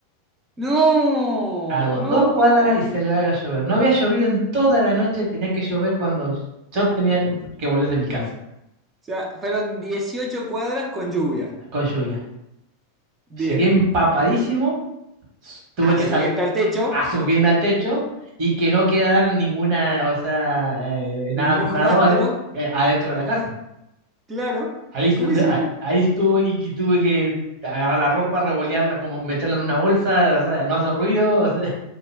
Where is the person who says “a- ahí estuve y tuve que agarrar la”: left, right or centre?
Right